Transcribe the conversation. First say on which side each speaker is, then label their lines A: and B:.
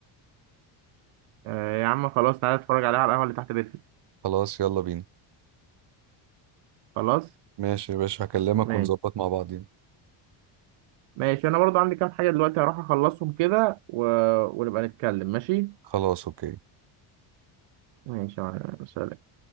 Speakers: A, on the right; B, on the right.
A: آه، يا عم خلاص تعالى اتفرج عليها على القهوة اللي تحت بيتنا
B: خلاص يلا بينا
A: خلاص
B: ماشي يا باشا هكلمك
A: ماشي
B: ونظبط مع بعضين
A: ماشي انا برضو عندي كام حاجة دلوقتي هروح اخلصهم كده و... ونبقى نتكلم ماشي
B: خلاص اوكي
A: ماشي يا معلم. سلام